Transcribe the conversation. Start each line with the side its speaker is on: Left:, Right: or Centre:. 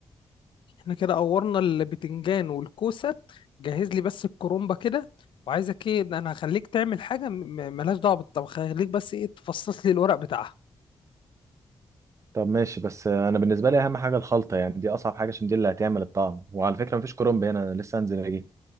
Left: احنا كده قورنا البتنجان والكوسه جهز لي بس الكرومبه كده وعايزك ايه ده انا هخليك تعمل حاجه م- م- ملهاش دعوه بالطبخ هخليك بس ايه تفصص لي الورق بتاعها
Right: طب ماشي بس انا بالنسبه لي اهم حاجه الخلطه يعني دي اصعب حاجه عشان دي اللي هتعمل الطعم وعلى فكره مفيش كرنب هنا انا لسه هنزل اجيب